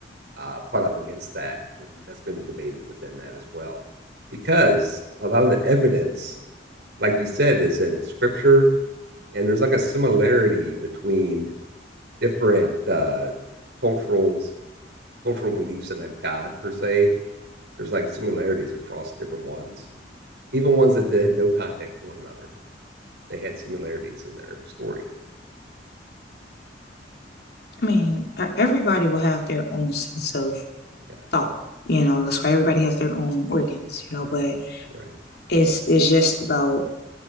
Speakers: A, on the right (about 60°); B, on the left (about 60°).
A: uh, butt up against that, and that's gonna be debated within that as well, because a lot of the evidence, like you said, is in scripture, and there's like a similarity between different uh, culturals, cultural beliefs, and a god per se. There's like similarities across different ones, even ones that, that had no contact with one another. They had similarities in their story.
B: i mean e-, everybody will have their own sense of
A: Yeah.
B: thought. You know, that's why everybody has their own organs, you know, but
A: Right.
B: it's it's just about